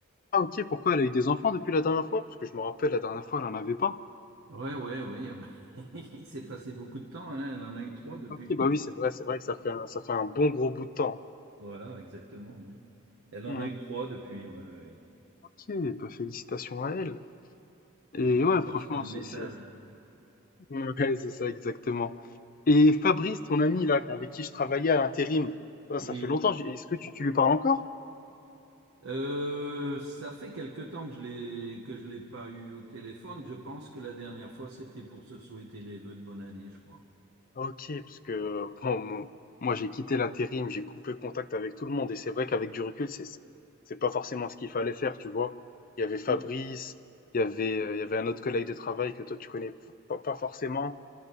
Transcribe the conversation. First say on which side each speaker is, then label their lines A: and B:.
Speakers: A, on the left; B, on the right.
A: Ah ok, pourquoi elle a eu des enfants depuis la dernière fois? Parce que je me rappelle, la dernière fois, elle en avait pas.
B: Ouais, ouais, oui. ah bah, <laughs> Il s'est passé beaucoup de temps, hein. Elle en a eu trois depuis.
A: Ok, bah oui, c'est vrai, c'est vrai que ça fait un, ça fait un bon gros bout de temps.
B: Voilà, exactement, oui. Elle en
A: Hmm.
B: a eu trois depuis, ouais, ouais. ouais.
A: Ok, bah félicitations à elle. Et
B: Je lui
A: ouais, franchement,
B: passerai le
A: c'est
B: message.
A: c'est- <laughs> ouais, c'est ça exactement. Et Fabrice, ton ami là, avec qui je travaillais à l'intérim, ça,
B: Oui.
A: ça fait longtemps. j'ai- Est-ce que tu, tu lui parles encore?
B: Euh, ça fait quelque temps que je l'ai que je l'ai pas eu au téléphone. Je pense que la dernière fois, c'était pour se souhaiter les vœux de bonne année, je crois.
A: Ok, parce que bon, mon- moi j'ai quitté l'intérim, j'ai coupé contact avec tout le monde, et c'est vrai qu'avec du recul, c'est c'est c'est pas forcément ce qu'il fallait faire, tu vois. Il y avait Fabrice,
B: Oui.
A: il y avait euh, il y avait un autre collègue de travail que toi tu connais pas, pas forcément.